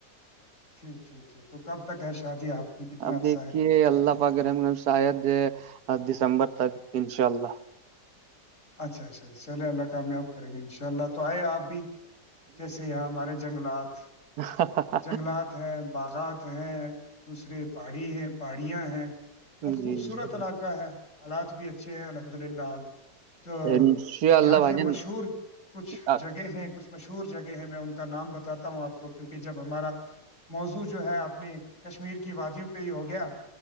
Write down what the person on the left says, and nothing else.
ٹھیک ٹھیک ٹھیک تو کب تک ہے شادی آپ کی کتنا
عرصہ
ہے
اچھا اچھا چلے اللہ کام میں آب کریں گے ان شاء اللہ تو آئے آپ بھی جیسے یہاں ہمارے جنگلات
جنگلات ہیں باغات ہیں دوسرے پہاڑی ہے پہاڑیاں ہیں بہت خوبصورت
علاقہ ہے حالات بھی اچھے ہیں الحمد للہ آب تو
یہاں
کے
مشہور کچھ
جگہ ہیں کچھ مشہور جگہ ہے میں ان کا نام بتاتا ہوں آپ کو کیونکہ جب ہمارا موضوع جو ہے اپنی کشمیر کی وادیوں پہ ہی ہو گیا